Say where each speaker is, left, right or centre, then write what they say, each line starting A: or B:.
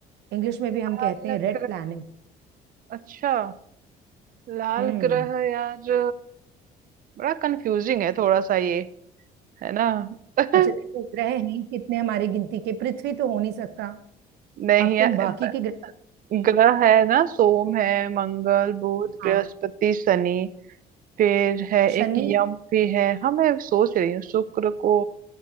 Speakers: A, on the right; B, on the right.
A: इंग्लिश में भी हम कहते
B: अलग
A: हैं रेड प्लैनेट
B: अच्छा लाल
A: हम्म
B: ग्रह यार बड़ा कंफ्यूजिंग है थोड़ा सा ये है ना <laughs>
A: अच्छा देखो ग्रह हैं ही कितने हमारी गिनती के पृथ्वी तो हो नहीं सकता
B: नहीं
A: अब
B: यार
A: तुम बाकी
B: ब-
A: के ग्रह
B: ग्रह है ना सोम है मंगल बुध
A: हाँ
B: बृहस्पति शनि फिर है
A: शनि
B: एक यम भी है हाँ मैं सोच रही हूँ शुक्र को